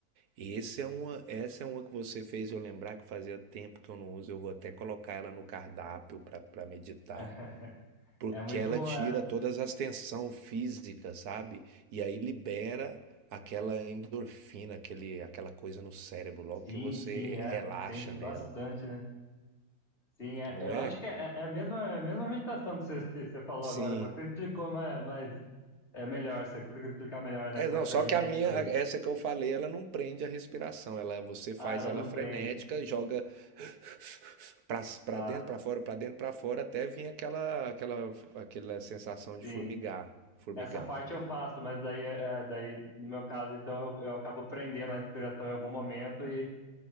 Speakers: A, on the right; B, on the left.
A: E esse é uma, essa é uma que você fez eu lembrar que fazia tempo que eu não uso, eu vou até colocar ela no cardápio para meditar.
B: <laughs>
A: Porque
B: É muito
A: ela
B: boa,
A: tira
B: é.
A: todas as tensão física, sabe? E aí libera aquela endorfina, aquele, aquela coisa no cérebro, logo
B: Sim,
A: que você
B: sim, é.
A: relaxa
B: Sente
A: nela,
B: bastante, né? Sim, é.
A: não
B: Eu
A: é?
B: acho que é, é é a mesma, é a mesma meditação que você, você você falou
A: Sim.
B: agora, só que você explicou mas mas é melhor, você conseguiu explicar melhor nessa
A: É, não,
B: frenético
A: só que a minha,
B: aí.
A: a- essa que eu falei, ela não prende a respiração, ela você
B: Ah,
A: faz
B: ela
A: ela
B: não prende.
A: frenética, joga <laughs> <sniffs> pra, pra
B: Ah,
A: dentro, pra fora, pra dentro, pra fora, até vir aquela, aquela, aquela sensação de
B: sim.
A: formigar, formigado.
B: Essa parte eu faço, mas daí, é, daí no meu caso, então eu, eu acabo prendendo a respiração em algum momento e,